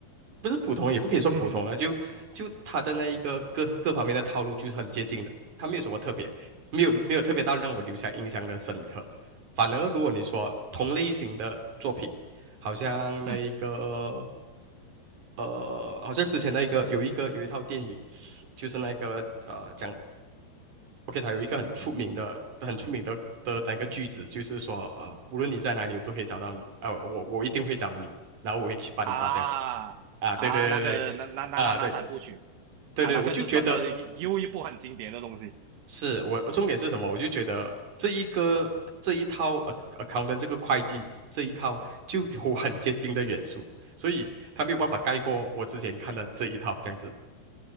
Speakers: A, on the right; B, on the right.
A: 不是普通，也不可以说普通了，
B: 嗯
A: 就就他的那一个各各方面的套路就是很接近的，他没有什么特别，没有没有特别到让我留下印象的深刻。反而如果你说同类型的作品，好像那一个
B: 嗯
A: 呃，好像之前那一个有一个有一套电影，就是那个呃讲 OK，它有一个很出名的、很出名的的那个句子，就是说啊、呃无论你在哪里，我都可以找到你啊、我我一定会找你，然后我会去把你杀掉
B: 啊啊，
A: 啊！对对对对，
B: 那个那那那那那三部曲
A: 啊对对对，
B: 啊，那个是真的又一部很经典的东西
A: 我就觉得是我重点是什么？我就觉得这一个这一套呃 c accountant 这个会计这一套就有很接近的元素，所以它没有办法盖过我之前看的这一套这样子。